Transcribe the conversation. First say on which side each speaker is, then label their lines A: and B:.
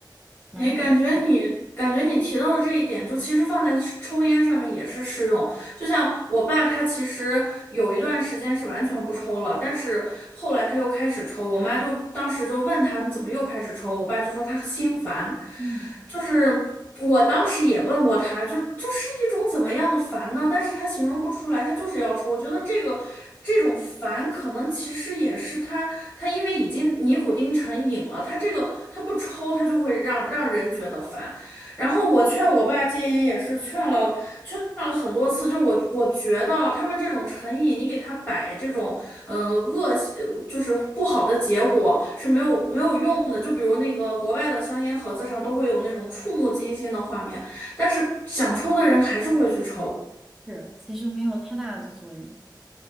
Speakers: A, in the centre; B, on the left.
A: 然后，
B: 哎，感觉你感觉你提到的这一点，就其实放在抽烟上面也是适用。就像我爸，他其实有一段时间是完全不抽了，但是后来他又开始抽。我妈就当时就问他，你怎么又开始抽？我爸就说他心烦，
A: 嗯，
B: 就是。我当时也问过他，就就是一种怎么样的烦呢？但是他形容不出来，他就是要抽。我觉得这个这种烦，可能其实也是他他因为已经尼古丁成瘾了，他这个他不抽，他就会让让人觉得烦。然后我劝我爸戒烟也是劝了劝了很多次，就是我我觉得啊他们这种成瘾，你给他摆这种嗯、呃恶习呃就是不好的结果是没有没有用的。就比如那个国外的香烟盒子上都会有那种触目惊心的画面，但是想抽的人还是会去抽。
A: 是，其实没有太大的作用。